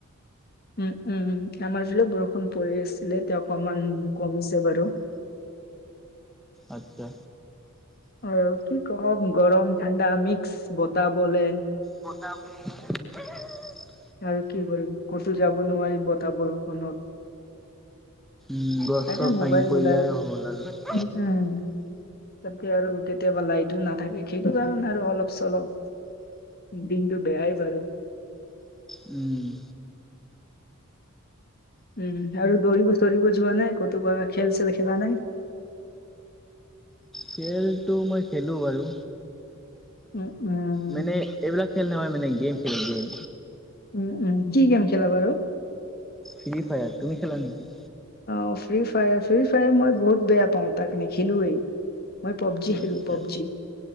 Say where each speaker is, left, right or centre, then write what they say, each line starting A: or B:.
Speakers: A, on the left; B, in the centre.
A: উম, উম। আমাৰ জোৰে বৰষুণ পৰি আছিলে, এতিয়া অকমান কমিছে বাৰু।
B: আচ্ছা।
A: অঁ, কি কম গৰম, ঠাণ্ডা মিক্স বতাহ বলে।
B: বতাহ বলে। <unintelligible>
A: আৰু কি কৰিম? ক'তো যাব নোৱাৰি বতাহ বৰষুণত!
B: উম, গছ
A: তাকে
B: -চছ ভাঙি
A: মোবাইল
B: পৰিলে
A: ওলাই
B: আৰু হ'ল আৰু।
A: উম, আহ। তাকে আৰু কেতিয়াবা লাইটো নাথাকে। সেইটো কাৰণে আৰু অলপ- চলপ- দিনটো বেয়াই বাৰু।
B: উম।
A: উম আৰু দৌৰিব -চৌৰিব যোৱা নাই? ক'তো বল খেল- চেল খেলা নাই?
B: খেলটো মই খেলো বাৰু।
A: উম, উম।
B: মানে এইবিলাক খেল নহয় মানে গেম খেলো গেম।
A: উম, উম। কি গেম খেলা বাৰু?
B: ফ্ৰী ফায়াৰ, তুমি খেলা নেকি?
A: অঁ, ফ্ৰী ফায়াৰ। ফ্ৰী ফায়াৰ মই বহুত বেয়া পাওঁ, তাক নেখেলোৱেই। মই পবজি খেলো,
B: আচ্ছা
A: পবজি